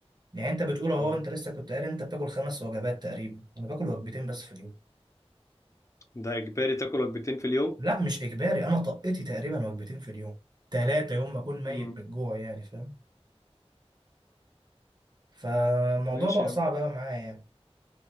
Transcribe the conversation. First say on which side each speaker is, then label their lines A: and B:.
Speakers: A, on the right (about 40°); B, on the left (about 30°).
A: يعني انت بتقول اهو
B: اه
A: انت لسه كنت قاري إن انت بتاكل خمس وجبات تقريبا انا باكل وجبتين بس في اليوم
B: ده اجباري تاكل وجبتين في اليوم
A: لا مش اجباري انا طقتي تقريبا وجبتين في اليوم تلاتة يوم ما اكون ميت
B: مم.
A: بالجوع يعني فاهم فالموضوع
B: ماشي
A: بقى
B: يا
A: صعب
B: عم
A: قوي معايا يعني